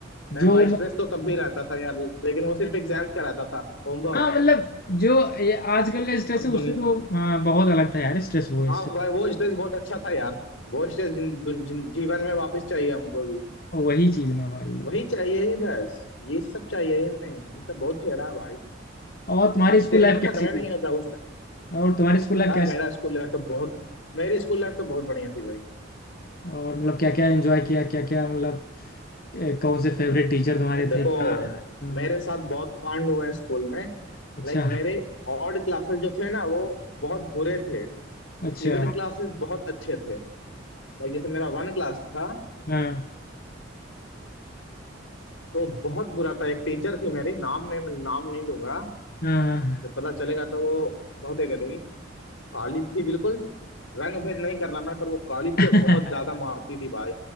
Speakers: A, on the left; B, on the left.
A: जो
B: नहीं भाई स्ट्रेस तो तब भी रहता था यार लेकिन वो सिर्फ एग्जाम का रहता था होमवर्क
A: हाँ मतलब जो ये आजकल का स्ट्रेस
B: अब
A: है
B: दुनिया
A: उससे तो हाँ बहुत अलग था यार स्ट्रेस वो
B: हाँ
A: स्ट्रेस
B: भाई वो स्ट्रेस बहुत अच्छा था यार वो स्ट्रेस जिन, दुन- जिन, जीवन में वापस चाहिए हमको भी
A: वही चीज ना भाई
B: वही चाहिए ही बस ये सब चाहिए ही नहीं ये सब बहुत फेरा है भाई
A: और तुम्हारी स्कूल
B: ये टेंशन
A: लाइफ कैसी
B: खत्म ही
A: थी
B: नहीं होता उस
A: और तुम्हारी स्कूल लाइफ
B: यार
A: कैसी
B: मेरा स्कूल लाइफ तो बहुत मेरी स्कूल लाइफ तो बहुत बढ़िया थी भाई
A: और मतलब क्या क्या एंजॉय किया क्या क्या मतलब ए, कौन से फेवरेट टीचर तुम्हारे
B: यार देखो
A: थे क्या हाँ,
B: मेरे साथ बहुत कांड हुए हैं स्कूल में
A: अच्छा
B: लाइक मेरे ऑड क्लासेस जो थे ना वो बहुत बुरे थे
A: अच्छा
B: इवन क्लासेस बहुत अच्छे थे लाइक जैसे मेरा वन क्लास था
A: हाँ
B: तो बहुत बुरा था एक टीचर थी मेरी नाम नहीं मैं नाम नहीं लूंगा
A: हाँ
B: जब पता चलेगा तो वो बहुत ये करेगी काली थी बिल्कुल रंग भेद नहीं कर रहा मैं पर वो काली थी
A: <laughs>
B: और बहुत ज्यादा मारती थी भाई